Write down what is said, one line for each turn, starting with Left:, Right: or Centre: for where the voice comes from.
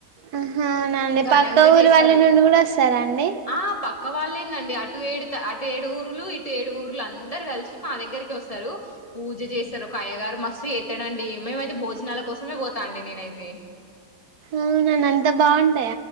Right: ఆ హ అవునా అండి
Left: ఘనంగా
Right: పక్క ఊరి
Left: చేశారు
Right: వాళ్ళ నుండి కూడా వస్తారా అండి
Left: ఆ పక్క వాళ్లేనండి అటు ఏడు అటు ఏడు ఊరులు ఇటు ఏడు ఊరులు అందరు కలిసి మా దగ్గరికి వస్తారు పూజ చేస్తారు ఒక అయ్యగారు మస్తు చేస్తాడండీ మేమైతే భోజనాల కోసమే పోతా అండి నేనైతే
Right: అవునా అండి అంత బాగుంట